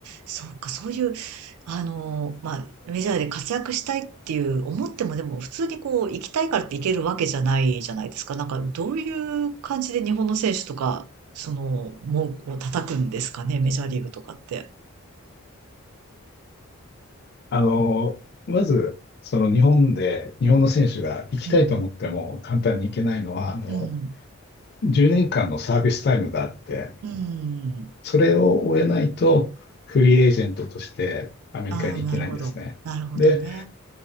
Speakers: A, on the right; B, on the left.
A: そうか、そういう、あの、まあ、メジャーで活躍したいっていう思っても、でも普通にこう、行きたいからって行けるわけじゃないじゃないですか。なんか、どういう感じで日本の選手とか、その、もう、こう叩くんですかね、メジャーリーグとかって。
B: あの、まず、その日本で、日本の選手が行きたいと思っても簡単に行けないのは、
A: うん、
B: あの、
A: うん、
B: 10年間のサービスタイムがあって、
A: うん。
B: それを終えないと、フリーエージェントとしてアメリカに行けないんですね。
A: ああ、なるほど。なるほどね。
B: で、